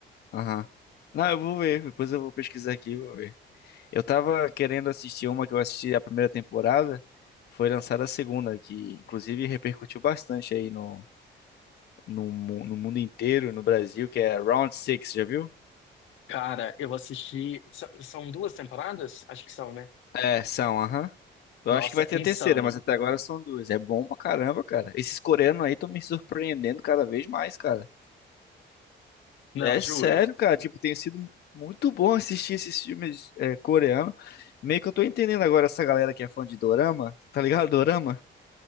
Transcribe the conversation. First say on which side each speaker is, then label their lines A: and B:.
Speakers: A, on the left (about 55°); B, on the left (about 75°).
A: Aham. Não, eu vou ver. Depois eu vou pesquisar aqui e vou ver. Eu tava querendo assistir uma que eu assisti a primeira temporada. Foi lançada a segunda, que inclusive repercutiu bastante aí no no, mu- no mundo inteiro, no Brasil, que é Round Six, já viu?
B: Cara, eu assisti. s- São duas temporadas? Acho que são, né?
A: É, são, aham. Eu
B: Nossa,
A: acho que vai ter
B: insano.
A: a terceira, mas até agora são duas. É bom pra caramba, cara. Esses coreanos aí estão me surpreendendo cada vez mais, cara.
B: Não,
A: É
B: juro.
A: sério, cara. Tipo, tem sido muito bom assistir esses filmes é, coreanos. Meio que eu tô entendendo agora essa galera que é fã de dorama, tá ligado? Dorama?